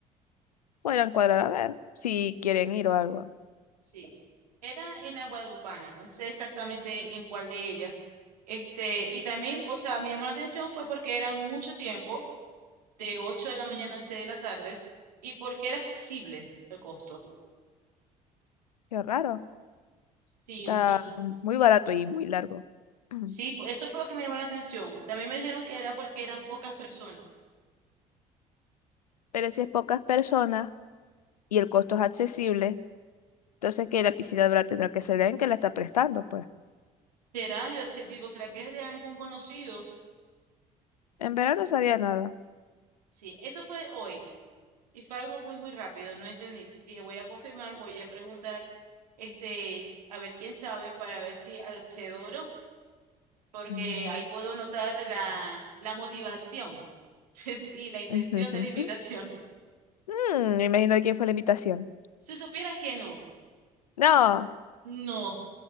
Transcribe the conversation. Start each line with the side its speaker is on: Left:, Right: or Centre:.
Left: Podrían cuadrar a ver si quieren ir o algo.
Right: Sí, era en la Guadalupana, no sé exactamente en cuál de ellas. Este, y también, o sea, me llamó la atención fue porque eran mucho tiempo, de 8 de la mañana a 6 de la tarde, y porque era accesible el costo.
Left: Qué raro.
Right: Sí,
Left: Está
Right: no
Left: muy barato y muy largo. Ujú.
Right: Sí, pu- eso fue lo que me llamó la atención. También me dijeron que era porque eran pocas personas.
Left: Pero si es pocas personas y el costo es accesible, entonces que la piscina habrá tendrá que ser de que la está prestando, pues.
Right: ¿Será? Yo se- digo, ¿será que es de algún conocido?
Left: En verano sabía nada.
Right: Sí, eso fue hoy y fue algo muy, muy rápido, no entendí. Dije, voy a confirmar, voy a preguntar, este, a ver quién sabe para ver si accedo o no, porque
Left: Mm.
Right: ahí puedo notar la, la motivación <laughs> y la intención
Left: <laughs>
Right: de la invitación.
Left: Mm, Imagina quién fue la invitación.
Right: Si supieras que no,
Left: No.
Right: no,